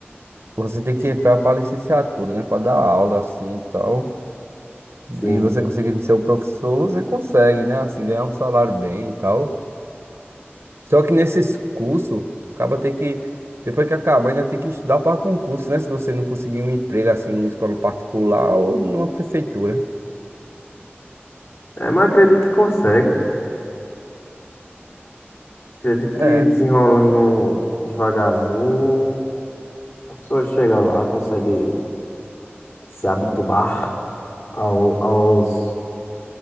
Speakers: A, on the right (about 85°); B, on the left (about 65°).
A: você tem que entrar para licenciatura, né? Para dar aula assim e tal.
B: Sim.
A: E você conseguindo ser o professor, você consegue, né? Assim, ganhar um salário bem e tal. Só que nesses cursos, acaba ter que, depois que acabar, ainda tem que estudar para concurso, né? Se você não conseguir um emprego assim numa escola particular ou numa prefeitura.
B: É, mas acredito que consegue. Acredito
A: É,
B: que desenrolando devagarzinho, a pessoa chega lá, consegue se habituar ao- aos